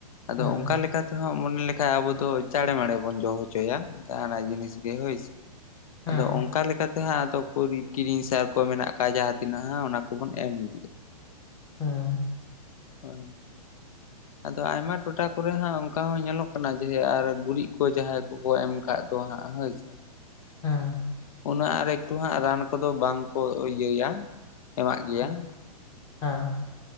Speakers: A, on the left; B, on the left.
A: ᱟᱫᱚ
B: ᱦᱮᱸ
A: ᱚᱱᱠᱟ ᱛᱮᱦᱚᱸ ᱢᱚᱱᱮ ᱞᱮᱠᱟᱱᱡ ᱟᱵᱚ ᱫᱚ ᱪᱟᱬᱮ ᱢᱟᱲᱮ ᱵᱚᱱ ᱡᱚ ᱦᱚᱪᱚᱭᱟ ᱡᱟᱦᱟᱱᱟᱜ ᱡᱤᱱᱤᱥ ᱜᱮ ᱦᱳᱭ ᱥᱮ
B: ᱦᱮᱸ
A: ᱟᱫᱚ ᱚᱱᱠᱟ ᱞᱮᱠᱟᱛᱮ ᱦᱮ ᱛᱚ ᱯᱩᱨᱤ ᱠᱤᱨᱤᱧ ᱥᱟᱨ ᱠᱚ ᱢᱮᱱᱟᱜ ᱠᱫ ᱡᱟᱦᱟᱸ ᱛᱤᱱᱟᱹᱜ ᱦᱟᱸᱜ ᱚᱱᱟ ᱠᱚᱵᱚᱱ ᱮᱢ ᱤᱫᱤᱭᱟ᱾
B: ᱦᱩᱸ
A: ᱦᱳᱭ ᱟᱫᱚ ᱟᱭᱢᱟ ᱴᱚᱴᱷᱟ ᱠᱚᱨᱮ ᱦᱟᱸᱜ ᱚᱱᱠᱟ ᱦᱚᱸ ᱧᱮᱞᱚᱜ ᱠᱟᱱᱟ ᱡᱮ ᱟᱨ ᱜᱩᱨᱤᱡ ᱠᱚ ᱡᱟᱦᱟᱸᱭ ᱠᱚᱠᱚ ᱮᱢ ᱟᱠᱟᱫ ᱫᱚ ᱦᱟᱸᱜ ᱦᱳᱭ ᱟᱪᱷᱟ
B: ᱦᱮᱸ
A: ᱚᱱᱟᱱᱟ ᱨᱮ ᱱᱚᱣᱟ ᱦᱟᱸᱜ ᱨᱟᱱ ᱠᱚᱫᱚ ᱵᱟᱝ ᱠᱚ ᱤᱭᱟᱹᱭᱟ ᱮᱢᱟᱜ ᱜᱮᱭᱟ᱾
B: ᱦᱮᱸ ᱦᱮᱸ